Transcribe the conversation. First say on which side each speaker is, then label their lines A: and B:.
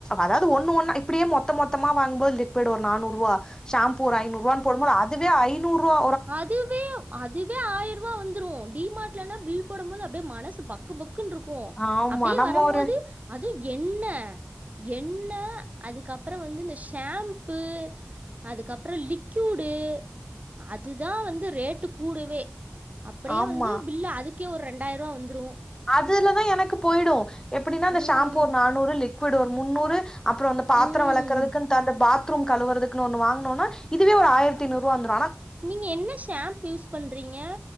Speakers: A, on the left; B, on the right.
A: அதாவது ஒண்ணு ஒன்னா இப்படியே மொத்த மொத்தமா வாங்கும்போது லிட் போய்டோ ஒரு நானூருவா ஷம்பூ ஒரு ஐநூருவான் போடும்போது அதுவே ஐநூருவா
B: அதுவே அதுவே ஆயிருபா வந்துரு டி மார்ட்ல லா பில் போடும்போதே அப்டியே மனசு பக்கு பக் குன்ருக்கோ‌
A: ஆமா
B: அப்டியே
A: நம்ம
B: வரம்மோது
A: ஒரு
B: அதுவு எண்ண எண்ண அதுக்கப்புறோ வந்து இந்த ஷாம்பு அதுக்கப்புறோ லிக்யூடு அதுதா வந்து ரேட்டு கூடவே அப்டியே
A: ஆமா
B: வந்து பில்லா அதுக் கே ஒரு ரெண்டாயிருவா வந்துரு
A: அதுலதா எனக்கு போயிடு எப்டினா இந்த
B: ம்,
A: ஷாம்பூ ஒரு நானூறு லிக் க்யூடு ஒரு முன்னூறு அப்றம் அந்த பாத்திர
B: ம்.
A: வெளக்கறதுக்கு அந்த பாத்ரூம் கழுவறதுக்கு ஒன்னு வாங்குனோ இதுவே ஒரு ஆயிரத்து நூறுவா வந்த
B: நீங்க என்ன ஷாம்பு யூஸ் பண்றீங்க